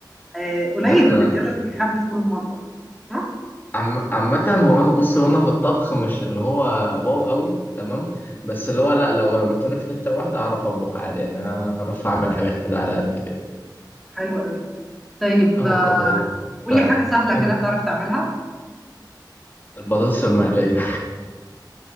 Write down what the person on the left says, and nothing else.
لا
انا
عم... عامه هو انا بص وانا في الطبخ مش اللي هو واو قوي تمام بس اللي هو لا لو رميتوني في حته واحده اعرف اطبخ عادي يعني اعرف اعمل حاجات كده على قد كده
آه، مكرونه
بتاع
كده
البطاطس المقليه